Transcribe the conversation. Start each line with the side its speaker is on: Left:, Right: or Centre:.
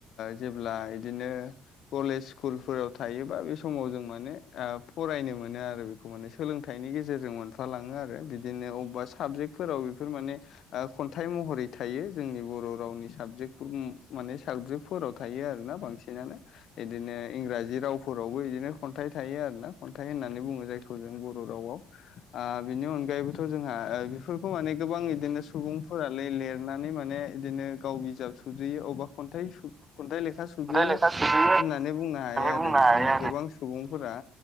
Left: जेब्ला इदिनो कलेज स्कुलफोराव थायोबा बे समाव जों माने फरायनो मोनो आरो बे खौ माने सोलोंथाइनि गेजेरजों मोनफालाङो आरो बिदिनो अबेबा साबजेक्टफोराव बेफोर माने खन्थाइ महरै थायो जोंनि बर' रावनि साबजेक्टफोर माने साबजेक्टफोराव थायो आरोना बांसिनानो बिदिनो इंराजि रावफोरावबो बिदिनो खन्थाइ थायो आरो ना खन्थाइ होननानै बुङो जायखौ जों बर' रावाव बिनि अनगायैबोथ' जोंहा बेफोरखौ माने गोबां बिदिनो सुबुंफोरालाय लिरनानै माने इदिनो गाव बिजाब सुजुयो अबेबा खन्थाइ खन्थाइ लेखा सुजुयो
Right: लेखा सोयो
Left: होननानै बुंनो हायो आरो
Right: बुंनो
Left: बिदिनो
Right: हायो
Left: गोबां सुबुंफोरा